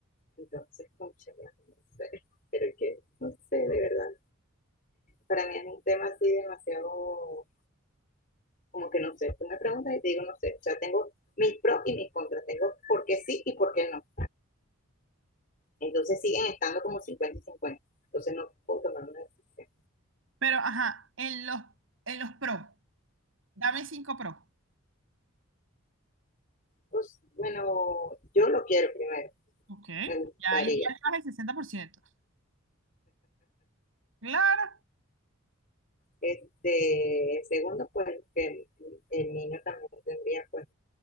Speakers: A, on the left; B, on the right.
A: Entonces, concha, no sé, <laughs> pero que, no sé, de verdad, para mí es un tema así demasiado como que no sé, tú me preguntas y te digo no sé, o sea, tengo mis pros y mis contras, tengo por qué sí y por qué no. Entonces siguen estando como cincuenta y cincuenta entonces no puedo tomar una decisión.
B: Pero, ajá, en los, en los pro, dame 5 pro.
A: Pues bueno, yo lo quiero primero,
B: Ok.
A: me gustaría.
B: Ya ahí ya estás el 60%. Claro,
A: Este, segundo, pues que el niño también tendría pues